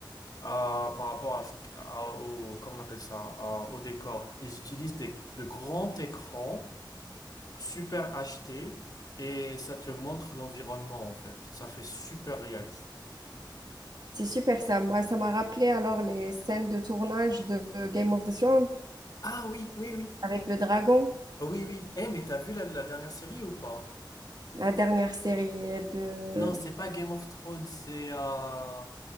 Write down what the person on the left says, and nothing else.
euh, par rapport à, ce- qu- à- au, comment on appelle ça, euh, au décor. Ils utilisent des, de grands écrans super acheté et ça te montre l'environnement en fait. Ça fait super réaliste.
Ah oui, oui, oui.
Oui, oui. Eh, mais t'as vu la, la dernière série ou pas?
Non, c'est pas Game of Thrones, c'est un,